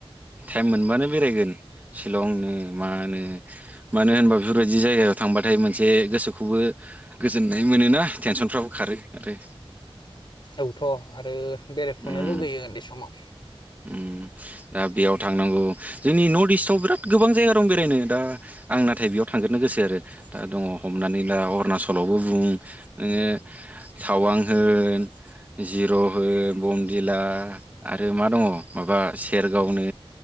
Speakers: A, on the right (about 15°); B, on the left (about 50°).
A: टाइम मोनबानो बेरायगोन शिलंनो मानो मानो होनबा बेफोरबायदि जायगायाव थांबाथाय मोनसे गोसोखौबो गोजोननाय मोनोना टेनसनफ्राबो खारो आरो
B: औथ' आरो बेरायफुनो
A: उम
B: लुगैयो उन्दै समाव
A: उम दा बेयाव थांनांगौ जोंनि नर्थ इस्टआव बिराद गोबां जायगा दं बेरायनो दा आं नाथाय बेयाव थांग्रोननो गोसो आरो दा दङ हमनानै ला अरुणाचलावबो बुं नोङो टावां होन जिर' होन बमदिला आरो मा दङ माबा सेरगावनो